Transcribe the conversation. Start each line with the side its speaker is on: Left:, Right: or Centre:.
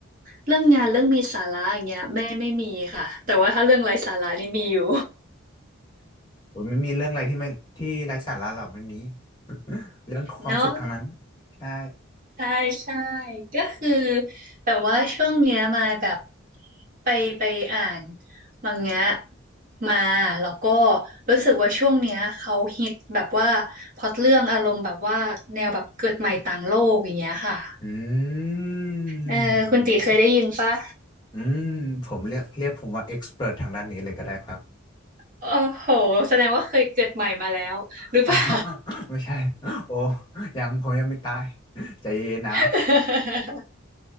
Right: เรื่องงานเรื่องมีสาระอย่างเงี้ยไม่ไม่มีค่ะแต่ว่าถ้าเรื่องไร้สาระนี่มีอยู่
Left: ผมไม่มีเรื่องอะไรที่ไม่ที่ไร้สาระหรอกไม่มี <laughs> เรื่องความสุขทั้งนั้น
Right: <laughs> เนาะ
Left: ใช่
Right: ใช่ใช่ก็คือแบบว่าช่วงเนี้ยมาแบบไปไปอ่านมังงะมาแล้วก็รู้สึกว่าช่วงเนี้ยเขาฮิตแบบว่าพล็อตเรื่องอารมณ์แบบว่าแนวแบบเกิดใหม่ต่างโลกอย่างเงี้ยค่ะ
Left: อืม
Right: เออคุณตีเคยได้ยินปะ
Left: อืม ผมเรียกเรียกผมว่าเอ็กซ์เพรททางด้านนี้เลยก็ได้ครับ
Right: โอ้โหแสดงว่าเคยเกิดใหม่มาแล้วหรือเปล่า
Left: <laughs> อ๋อ ไม่ใช่ โอ้ยังผมยังไม่ตายใจเย็นๆนะ
Right: <laughs>